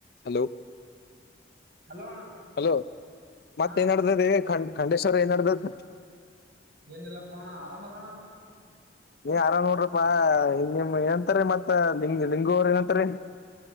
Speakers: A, on the left; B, on the right.
A: Hello
B: hello ಅಣ್ಣ
A: hello ಮತ್ತ
B: ಹಾ
A: ನಡದೆ ಖ ಖಂಡೇಶ್ವರ್ ಏನ್ಡದತ್
B: ಏನಲ್ಲ ಪಣಾ ಆರಾಮ ತಾನ
A: ನೀ ಆರಾಮ್ ನೋಡ್ರಪ್ಪಾ ನಿಮ್ ಏನಂತಾರೆ ಮತ್ತ ಲಂಗ ಲಿಂಗುವರು ಏನಂತಾರೆ